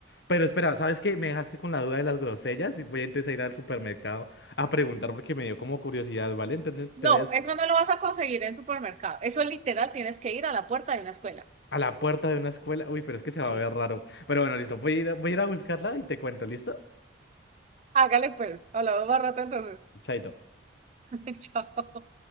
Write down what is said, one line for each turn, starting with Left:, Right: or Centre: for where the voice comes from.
Left: Pero espera, ¿sabes qué? Me dejaste con la duda de las grosellas y voy a empezar a ir al supermercado a preguntar porque me dio como curiosidad, ¿vale? Entonces
Right: No,
Left: te vayas
Right: eso no lo vas a conseguir en supermercado. Eso literal tienes que ir a la puerta de una escuela.
Left: a la puerta de una escuela, uy, pero es que se
Right: Sí.
Left: va a ver raro. Pero bueno, listo, voy a ir a, voy a ir a buscarla y te cuento, ¿listo?
Right: Hágale pues. Hablamos más rato entonces.
Left: Chaito.
Right: <laughs> Chao.